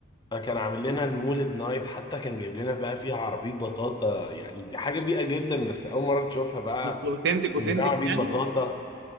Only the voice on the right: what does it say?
بس اوثنتك اوثنتك
يعني